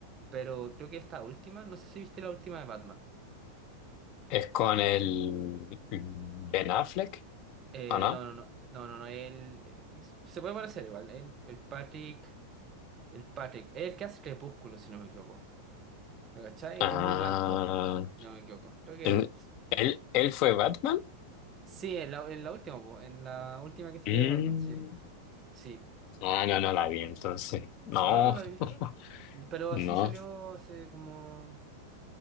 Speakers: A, on the right; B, on the left.
A: Pero creo que esta última, no sé si viste la última de Batman.
B: es con el Ben Affleck,
A: Eh,
B: ¿o no?
A: no, no, no, no, no, no, él eh, se puede parecer igual, el, el Patrick, el Patrick, el que hace Crepúsculo, si no me equivoco. ¿Me cachai?
B: Ah,
A: Que es muy blanco, no me equivoco. Creo que
B: ¿él,
A: él.
B: él él fue Batman?
A: Sí, en la, en la última, po, en la última que salió
B: Mm.
A: de Batman, sí. Sí.
B: Ah, no, no la vi entonces. No,
A: No, no la he visto.
B: <laughs>
A: No, Pero
B: no.
A: así salió hace como